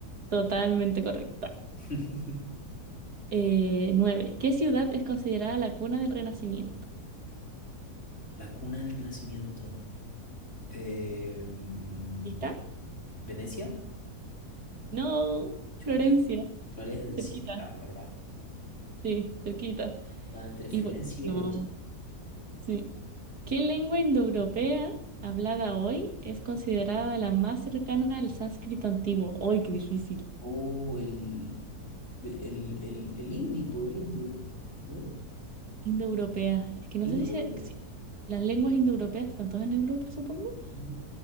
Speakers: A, on the right; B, on the left.
A: Totalmente correcta.
B: <laughs>
A: Eh, nueve. ¿Qué ciudad es considerada la cuna del Renacimiento?
B: La cuna del Renacimiento. Em,
A: ¿Lista?
B: ¿Venecia?
A: No,
B: Chucha.
A: Florencia.
B: Florencia,
A: Cerquita.
B: estaba, ¿verdad?
A: Sí, cerquita.
B: Estaba entre Florencia
A: Y por
B: y
A: último,
B: Venecia.
A: sí. ¿Qué lengua indoeuropea hablada hoy es considerada la más cercana al sánscrito antiguo? ¡Ay, qué difícil!
B: O el, el, el, el indie, po, el indio, ¿no?
A: Indoeuropea. Es que no
B: Indo-europea.
A: sé si, se- si las lenguas indoeuropeas están todas en Europa, supongo.
B: Ah,